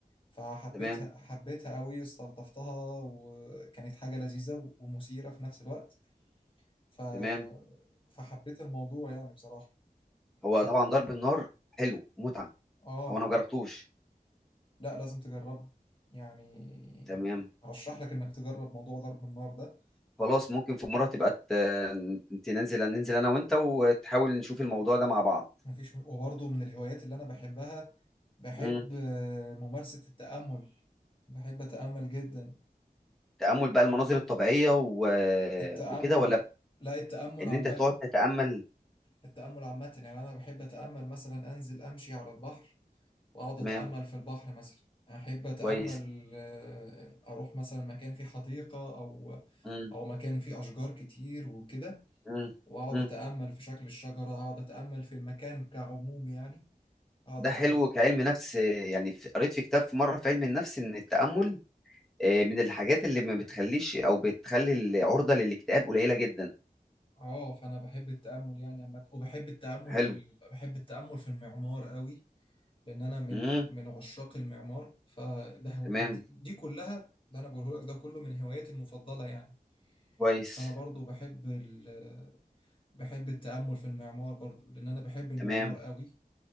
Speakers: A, on the left; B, in the centre.
A: فحبيتها
B: تمام
A: حبيتها قوي استلطفتها وكانت حاجه لذيذه ومثيره في نفس الوقت ف...
B: تمام
A: فحبيت الموضوع يعني بصراحه
B: هو
A: خل
B: طبعا ضرب النار حلو متعه
A: اه
B: هو انا مجربتوش
A: لا لازم تجرب يعني
B: تمام
A: ارشح لك انك تجرب موضوع ضرب النار ده
B: خلاص ممكن في مره تبقى ت... ت- ننزل ننزل انا وانت وتحاول نشوف الموضوع ده مع بعض
A: مفيش وبرضه من الهوايات اللي انا بحبها بحب
B: مم.
A: آه، ممارسة التأمل بحب أتأمل جدا
B: تامل بقى المناظر الطبيعيه و...
A: التأمل
B: وكده ولا
A: لا التأمل
B: ان
A: عامة
B: انت تقعد تتامل
A: التأمل عامة يعني أنا بحب أتأمل مثلا أنزل أمشي على البحر وأقعد
B: تمام
A: أتأمل في البحر مثلا أحب أتأمل
B: كويس
A: آه، أروح مثلا مكان فيه حديقة أو
B: مم.
A: أو مكان فيه أشجار كتير وكده
B: مم.
A: واقعد
B: مم.
A: اتامل في شكل الشجره اقعد اتامل في المكان كعموم يعني اقعد
B: ده
A: اتفرج
B: حلو كعلم نفس يعني في- قريت في كتاب في مره في علم النفس ان التامل آه، من الحاجات اللي ما بتخليش او بتخلي العرضه للاكتئاب قليله جدا
A: اه فانا بحب التامل يعني عامه وبحب التامل
B: حلو
A: في ال... بحب التامل في المعمار قوي لان انا من
B: مم.
A: من عشاق المعمار فده هو-
B: تمام
A: دي, دي كلها اللي انا بقوله لك ده كله من هواياتي المفضله يعني
B: كويس
A: فانا برضو بحب ال... بحب التامل في المعمار برضو لان انا بحب المعمار
B: تمام
A: قوي